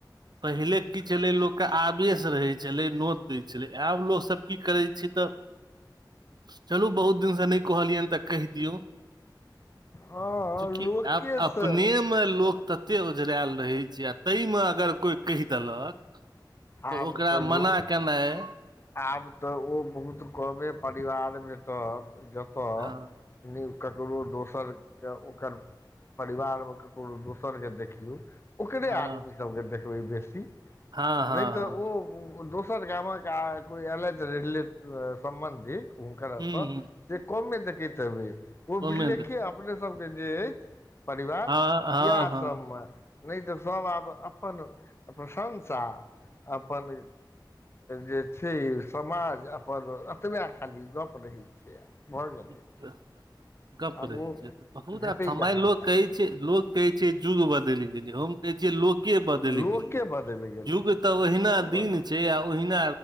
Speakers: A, on the right (about 60°); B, on the left (about 35°).
A: पहिले की छलै लोक केँ आवेश रहै छलै नोत दै छलै आब लोकसभ की करैत छै तऽ <inaudible> चलू बहुत दिनसँ नै कहलियन तऽ कहि दियौ। <inaudible>
B: हँ
A: चूकि
B: लोकेसँ
A: अपने में लोक त ओतेक ओझरायल रहै छै आ तैम में अगर कोइ कहि देलक तऽ
B: आब
A: ओकरा मना
B: लोक
A: केनाइ
B: आब तऽ ओ बहुत कमे परिवार में तऽ जतय
A: हँ
B: नौ ककरो दोसर केँ ओकर परिवार में ककरो दोसर केँ देखियौ ओकरे
A: हँ
B: आदमी सबके देखबै बेसी
A: हँ हँ
B: नै तऽ
A: हँ
B: ओ दोस दुसर गामक आय कोई ऐलैथ <unintelligible> सम्बन्धी हुनक एतऽ
A: हुँ हुँ
B: से कमे देखैत हेबै ओ
A: ओहिमे
B: बिललेख
A: तऽ
B: अपने सबके जे अछि परिवार
A: हँ हँ
B: <inaudible> या
A: हँ
B: सब म नै तऽ सभ आब अपन प्रशंसा अपन जे छै समाज अपन एतबे खाली गप्प रहैत छै। भऽ गेलै
A: <unintelligible> गप
B: आब
A: रहै
B: ओ
A: छै बहुत
B: भेटै
A: आ समय
B: कहाँ
A: लोक कहै छै लोक कहै छै युग बदैल गेलै हम कहै छियै लोक बदैल
B: लोके
A: गेलै।
B: बदलि गेलै
A: युग तऽ ओहिना
B: युग की
A: दिन
B: बदललै
A: छै आ ओहिना